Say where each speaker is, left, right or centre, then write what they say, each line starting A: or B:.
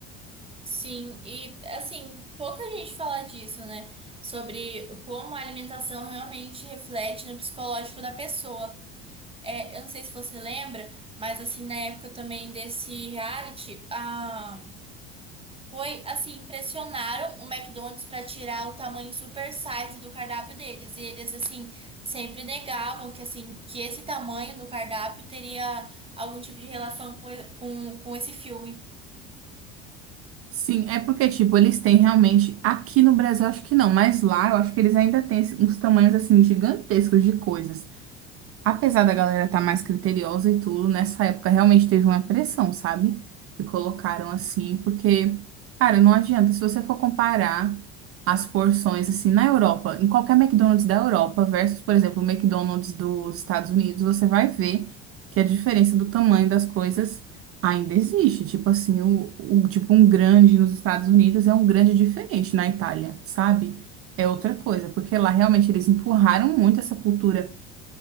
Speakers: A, on the right (about 15°); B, on the right (about 45°).
A: Sim, e assim, pouca gente fala disso, né? Sobre como a alimentação realmente reflete no psicológico da pessoa. É, eu não sei se você lembra, mas assim, na época também desse reality, a Foi assim, pressionaram o McDonald's para tirar o tamanho super size do cardápio deles. E eles assim sempre negavam que assim, que esse tamanho do cardápio teria algum tipo de relação com, com, com esse filme.
B: Sim, é porque, tipo, eles têm realmente. Aqui no Brasil, acho que não, mas lá eu acho que eles ainda têm esse- uns tamanhos assim gigantescos de coisas. apesar da galera estar mais criteriosa e tudo, nessa época realmente teve uma pressão, sabe? Que colocaram assim, porque, cara, não adianta. Se você for comparar as porções, assim, na Europa, em qualquer McDonald's da Europa versus, por exemplo, o McDonald's dos Estados Unidos, você vai ver que a diferença do tamanho das coisas ainda existe. Tipo assim, o, o- tipo um grande nos Estados Unidos é um grande diferente na Itália, sabe? É outra coisa, porque lá realmente eles empurraram muito essa cultura